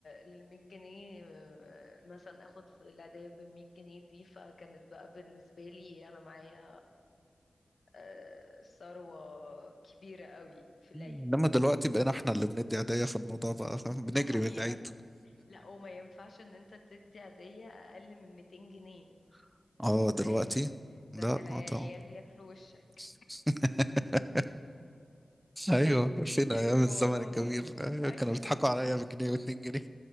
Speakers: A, on the left (about 70°); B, in the centre.
A: للمية جنيه آه، مثلا اخد العيدية بمية جنيه دي فكانت بقى بالنسبة لي انا معايا آه، ثروة كبيرة قوي في العيد
B: انما دلوقتي بقينا احنا اللي بندي هدايا في الموضوع بقى فاهم؟
A: دي
B: بنجري
A: حقيقة
B: من العيد
A: لا وما ينفعش ان انت تدي هدية اقل من 200 جنيه
B: <laughs> اه
A: ازاي
B: دلوقتي لا
A: ده انت العيال
B: اه طبعا
A: ياكلوا وشك
B: <laughs> ايوه
A: يج...
B: فين
A: يجروا
B: ايام الزمن
A: ورانا
B: الجميل
A: <laughs>
B: أيوة
A: ايوه
B: كانوا بيضحكوا عليا بجنيه واتنين جنيه